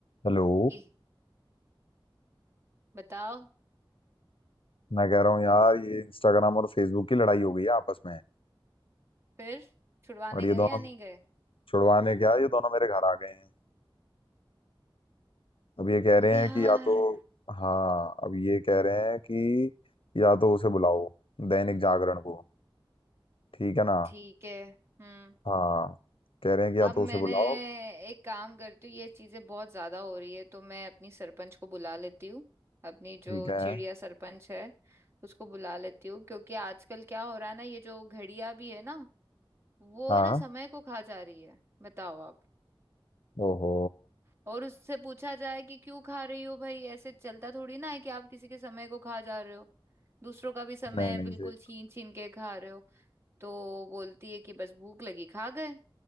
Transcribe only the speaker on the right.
ई, बताओ
फिर छुड़वाने
गए
या नहीं गए
यार
ठीक है हम्म
अब
मैंने
एक काम करती हूँ ये चीजें बहुत ज्यादा हो रही है तो मैं अपनी सरपंच को बुला लेती हूँ अपनी जो
चिड़िया सरपंच है उसको बुला लेती हूँ क्योंकि आजकल क्या हो रहा है ना ये जो घड़ियां भी है ना वो
है ना समय को खा जा रही है बताओ आप
और उससे पूछा जाए कि क्यों खा रही हो भाई ऐसे चलता थोड़ी ना है कि आप किसी के समय को खा जा रहे हो दूसरों का भी समय
बिल्कुल
छीन छीन के खा रहे हो तो बोलती है कि बस भूख लगी खा गए